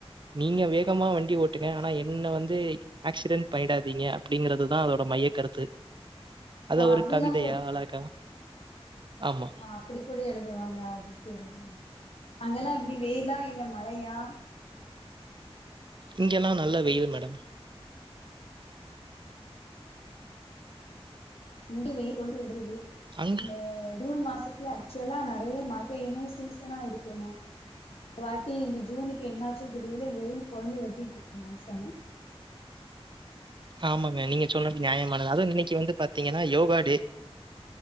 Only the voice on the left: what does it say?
ஓ
அப்டிலா
கொ
ஆ அப்படி கூட எழுதுவாங்க அது சரி அங்கெல்லா ப்படி வெயிலா இல்ல மழையா
உண்டு வெயில் கொளுத்தி எடுக்குது
ஆ ஜூன் மாச ஆக்சுவலா நெறய மழ பெய்யனு சீசனா இருக்கணு இந்த வாட்டி இந்த ஜூனுக்கு என்னாச்சோ தெரியல்ல வெயில் பொழந்து கட்டிட்டு இருக்கு மனுஷன